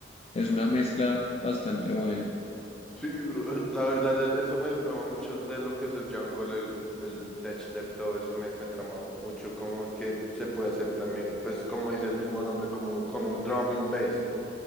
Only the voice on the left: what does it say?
es una mezcla bastante buena.